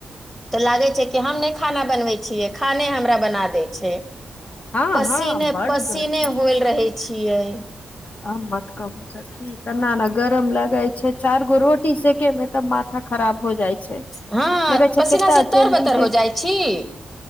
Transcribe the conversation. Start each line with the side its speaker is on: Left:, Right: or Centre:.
Centre: तऽ लागै छै कि हम नहि खाना बनबै छियै, खाने हमरा बना दै छै
Left: हँ
Centre: पसीने
Left: हँ बड
Centre: पसीने
Left: गर्मी
Centre: होएल रहे छियै
Left: आ मत कहबू ठना ने गरम लगाय छै चार गो रोटी। <unintelligible> सके में तब माथा खराब हो जाइ छै
Centre: हँ
Left: लगे छै
Centre: पसीना
Left: केता
Centre: से तर
Left: जल्दी
Centre: बतर
Left: जे
Centre: हो जाइ छी <unintelligible>